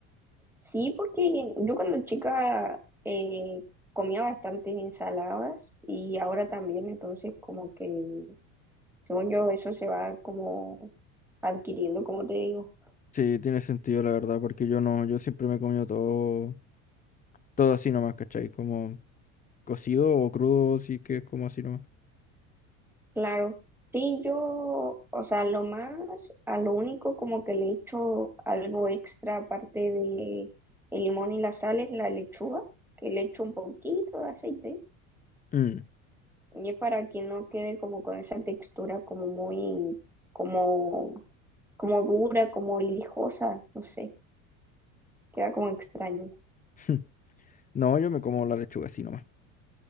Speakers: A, in the centre; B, on the left.
A: Sí, porque yo cuando chica eh, comía bastantes ensaladas y ahora también, entonces como que, según yo, eso se va como adquiriendo, como te digo.
B: sí, tiene sentido, la verdad, porque yo no, yo siempre me he comido todo, todo así nomás, ¿cachai? Como cocido o crudo, sí que es como así nomás.
A: Claro, sí, yo, o sea, lo más, a lo único como que le echo algo extra aparte de el limón y la sal es la lechuga, que le echo un poquito de aceite
B: Mm.
A: y es para que no quede como con esa textura como muy, como como dura, como lijosa, no sé, queda como extraño.
B: <laughs> No, yo me como la lechuga así nomás.